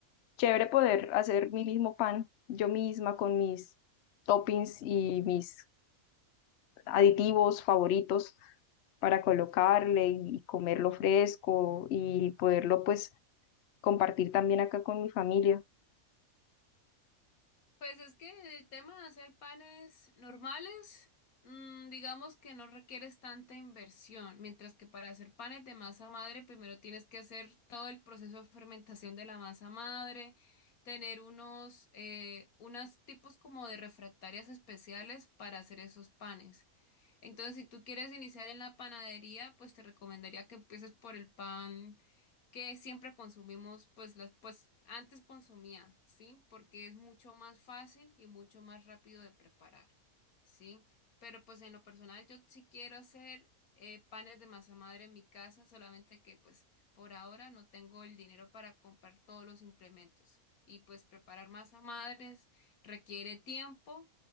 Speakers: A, on the left; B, on the left.
A: chévere poder hacer mi mismo pan yo misma con mis toppings y mis aditivos favoritos para colocarle y comerlo fresco y poderlo pues compartir también acá con mi familia.
B: Pues es que el tema de hacer panes normales, mm, digamos que no requieres tanta inversión, mientras que para hacer panes de masa madre, primero tienes que hacer todo el proceso de fermentación de la masa madre, tener unos, eh, unos tipos como de refractarias especiales para hacer esos panes. Entonces, si tú quieres iniciar en la panadería, pues te recomendaría que empieces por el pan que siempre consumimos, pues, las, pues antes consumía, ¿sí? Porque es mucho más fácil y mucho más rápido de preparar, ¿sí? Pero pues en lo personal yo sí quiero hacer eh, panes de masa madre en mi casa, solamente que pues por ahora no tengo el dinero para comprar todos los implementos. Y pues preparar masa madres requiere tiempo